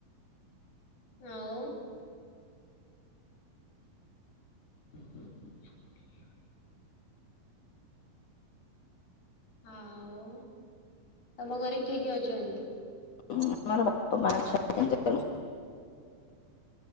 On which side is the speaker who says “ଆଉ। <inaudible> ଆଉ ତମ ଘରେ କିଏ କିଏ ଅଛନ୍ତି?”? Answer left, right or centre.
Left